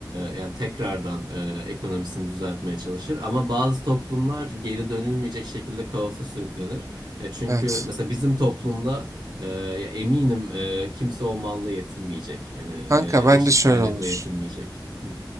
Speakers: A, on the right; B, on the right.
A: yani tekrardan e, ekonomisini düzeltmeye çalışır. Ama bazı toplumlar geri dönülmeyecek şekilde kaosa sürüklenir. E, çünkü
B: Evet.
A: mesela bizim toplumda e, ya eminim e, kimse o malla yetinmeyecek. Yani
B: Kanka
A: e,
B: bence
A: eşit
B: şöyle
A: kaynakla
B: olur.
A: yetinmeyecek. Hı,